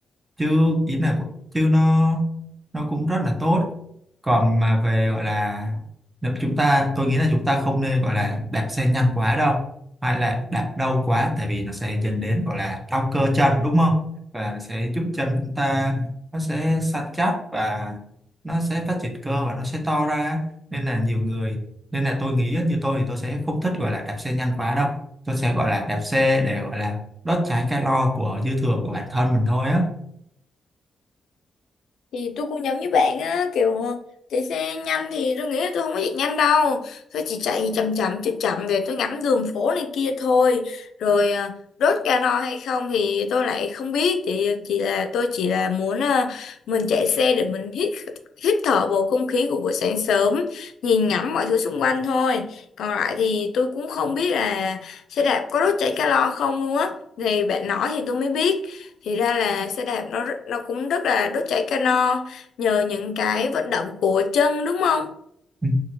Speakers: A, on the right; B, on the left.
A: chứ ý là của- chứ nó nó cũng rất là tốt còn mà về gọi là nếu chúng ta tôi nghĩ là chúng ta không nên gọi là đạp xe nhanh quá đâu hay là đạp đau quá tại vì nó sẽ dẫn đến gọi là đau cơ chân đúng không và nó sẽ giúp chân chúng ta nó sẽ săn chắc và nó sẽ phát triển cơ và nó sẽ to ra nên là nhiều người nên là tôi nghĩ á, như tôi thì tôi sẽ không thích gọi là đạp xe nhanh quá đâu tôi sẽ gọi là đạp xe để gọi là đốt cháy calo của dư thừa của bản thân mình thôi á
B: thì tôi cũng giống như bạn á kiểu chạy xe nhanh thì tôi nghĩ là tôi không có chạy nhanh đâu tôi chỉ chạy chậm chậm chậm chậm để tôi ngắm đường phố này kia thôi rồi à, đốt cano hay không thì tôi lại không biết thì chỉ là tôi chỉ là muốn à, mình chạy xe để mình hít hít thở bầu không khí của buổi sáng sớm nhìn ngắm mọi thứ xung quanh thôi còn lại thì tôi cũng không biết là xe đạp có đốt cháy calo không luôn á thì bạn nói thì tôi mới biết thì ra là xe đạp nó rất- nó cũng rất là đốt cháy calo nhờ những cái vận động của chân đúng không?
A: Ừ.